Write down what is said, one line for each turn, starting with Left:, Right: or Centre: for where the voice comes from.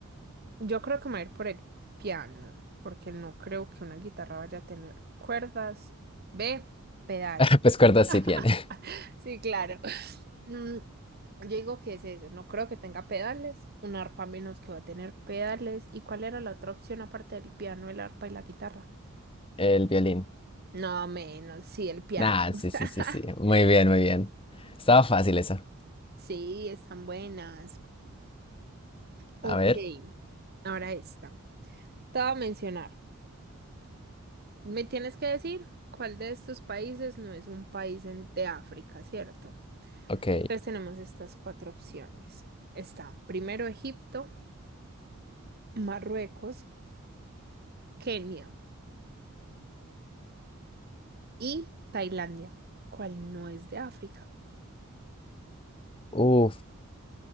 Right: Yo creo que me voy a ir por el piano, porque no creo que una guitarra vaya a tener cuerdas. Ve. pedales.
Left: <laughs> Pues cuerdas sí tiene.
Right: <laughs> Sí, claro. Mm, Yo digo que es eso, no creo que tenga pedales, un arpa menos que va a tener pedales. ¿Y cuál era la otra opción aparte del piano, el arpa y la guitarra?
Left: El violín.
Right: No, menos, sí, el piano.
Left: Ah,
Right: <laughs>
Left: sí, sí, sí, sí. Muy bien, muy bien. Estaba fácil esa.
Right: Sí, están buenas. Ok,
Left: A ver,
Right: ahora esta. Te voy a mencionar. Me tienes que decir cuál de estos países no es un país en- de África, ¿cierto?
Left: ok.
Right: Entonces tenemos estas cuatro opciones. Está primero Egipto, Marruecos, Kenia Y Tailandia, cual no es de África.
Left: Uf,